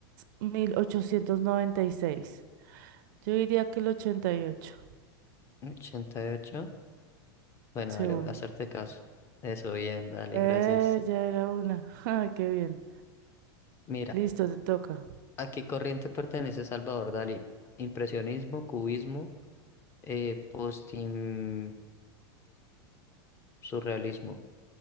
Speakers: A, on the right; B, on the left.
A: 1896. Yo diría que el 88.
B: ochenta y ocho Bueno,
A: Seúl.
B: dale, voy a hacerte caso. Eso, bien, dale,
A: Eh,
B: gracias.
A: ya era una. <laughs> Ay, qué bien.
B: Mira,
A: Listo, te toca.
B: ¿a qué corriente pertenece Salvador Dalí? Impresionismo, cubismo, eh, postim- surrealismo.